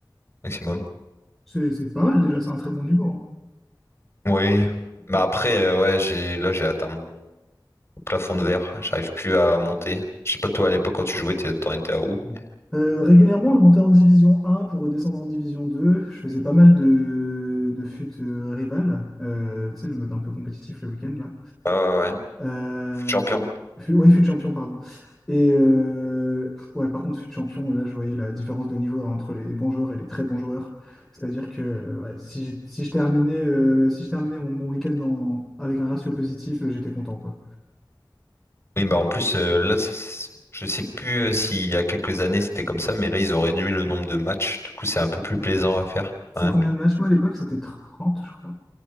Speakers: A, on the left; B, in the centre.
A: Maximum.
B: C'est c'est pas mal déjà, c'est un très bon niveau. hein.
A: Oui. Bah après, euh, ouais, j'ai là j'ai atteint mon plafond de verre. J'arrive plus à monter. Je sais pas toi à l'époque quand tu jouais, t'es- t'en étais à où? mais-
B: Euh, régulièrement je montais en division 1 pour redescendre en division 2. Je faisais pas mal de, de fut euh, rival, Euh, tu sais le mode un peu compétitif le week-end là.
A: Ouais, ouais, ouais.
B: Euh,
A: Champion.
B: fu- oui, fut champion, pardon. Et euh, pff, ouais, par contre, fut champion, là, je voyais la différence de niveau hein, entre les bons joueurs et les très bons joueurs. C'est-à-dire que euh, ouais, si, j'ai- si je terminais, euh, si je terminais mon, mon week-end en- avec un ratio positif, euh, j'étais content, quoi.
A: Oui, bah en plus, euh, là, c'est- je sais plus euh, s'il y a quelques années c'était comme ça, mais là, ils ont réduit le nombre de matchs. Du coup, c'est un peu plus plaisant à faire.
B: C'est
A: quand même.
B: combien de matchs? Moi, à l'époque, c'était 30, je crois.